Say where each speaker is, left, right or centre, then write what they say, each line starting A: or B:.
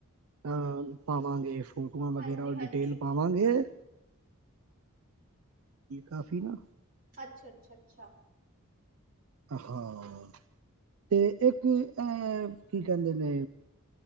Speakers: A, on the right; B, on the right.
A: ਅਹ ਪਾਵਾਂਗੇ ਫ ਵਗੈਰਾ
B: ਹਾਂਜੀ ਹਾਂਜੀ
A: ਡਿਟੇਲ ਪਾਵਾਂਗੇ। ਕਾਫੀ ਨਾ
B: ਅੱਛਾ- ਅੱਛਾ- ਅੱਛਾ।
A: ਹਾਂ, ਤੇ ਇੱਕ ਅਹ ਕੀ ਕਹਿੰਦੇ ਨੇ